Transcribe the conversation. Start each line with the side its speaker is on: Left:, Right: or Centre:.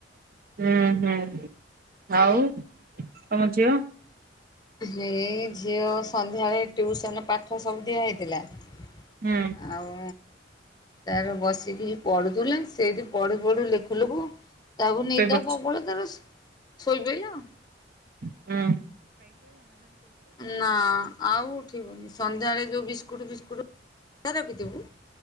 Right: ହୁଁ ହୁଁ ଆଉ ତମ ଝିଅ?
Left: ହେ ଝିଅ ସନ୍ଧ୍ୟାରେ ଟିୟୁସନ ପା ପାଠ ସବୁ ଦିଆ ହେଇଥିଲା ଆଉ
Right: ହୁଁ
Left: ତାର ବସିକି ପଢୁଥିଲା, ସେଇଠି ପଢୁ ପଢୁ ଲେଖୁ ଲେଖୁ ତାକୁ ନିଦ
Right: ଶୋଇପଡିଛି
Left: ପ୍ରବଳ ତାକୁ ଶୋଇପଇଲା।
Right: ହୁ।
Left: ନା। ଆଉ ଉଠିବନି ସନ୍ଧ୍ୟାବେଳେ ଯୋଉ ବିସ୍କୁଟ ଫିସ୍କୁଟ ଯାହା ରଖିଥିବୁ